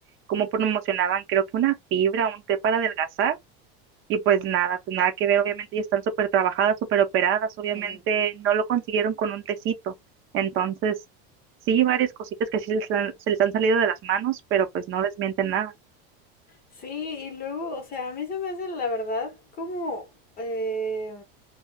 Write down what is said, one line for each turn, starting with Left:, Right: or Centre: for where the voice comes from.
Right: cómo promocionaban, creo que una fibra, un té para adelgazar y pues nada, pues nada que ver, obviamente ya están súper trabajadas, súper operadas, obviamente
Left: Ujú.
Right: no lo consiguieron con un tecito. Entonces, sí, varias cositas que sí les han- se les han salido de las manos, pero pues no desmienten nada.
Left: Sí, y luego, o sea, a mí se me hace la verdad como eh,